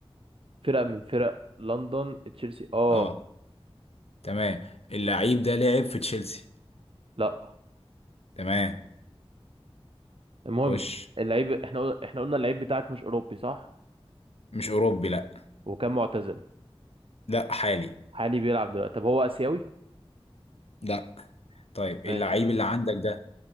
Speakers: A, on the right (about 65°); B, on the left (about 80°).
A: فرقة من فرق لندن تشيلسي اه
B: اه تمام اللعيب ده لعب في تشيلسي
A: لا
B: تمام
A: المهم
B: خش
A: اللعيب احنا قلنا احنا قلنا اللعيب بتاعك مش اوروبي صح
B: مش اوروبي لا
A: وكان معتزل
B: لا حالي
A: حالي بيلعب دلوقتي طب هو اسيوي
B: لا طيب
A: ماشي
B: اللعيب
A: ودي
B: اللي عندك ده